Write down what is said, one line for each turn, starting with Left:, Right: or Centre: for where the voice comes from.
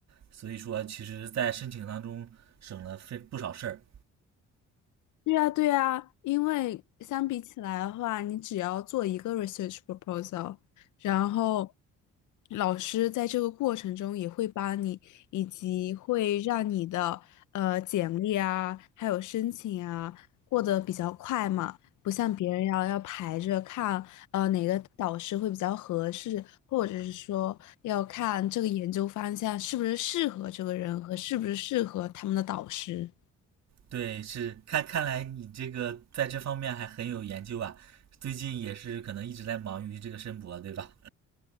Right: 所以说其实在申请当中省了非不少事儿。
Left: 对呀，对呀，因为相比起来的话，你只要做一个 research proposal，然后老师在这个过程中也会帮你，以及会让你的呃简历啊，还有申请啊过得比较快嘛，不像别人要要排着看，呃哪个导师会比较合适，或者是说要看这个研究方向是不是适合这个人和是不是适合他们的导师。
Right: 对，是看看来你这个在这方面还很有研究啊。最近也是可能一直在忙于这个申博，对吧？